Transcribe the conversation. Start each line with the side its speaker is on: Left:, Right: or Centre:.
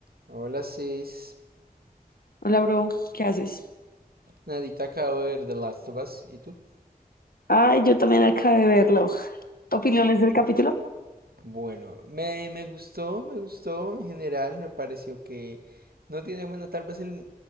Right: Hola, sis,
Left: Hola, bro, ¿qué haces?
Right: Nadita, acabo de ver The Last of Us. ¿Y tú?
Left: Ay, yo también acabé de verlo. ¿Opiniones del capítulo?
Right: Bueno, me, me gustó, me gustó en general. Me pareció que no tiene, bueno, tal vez el,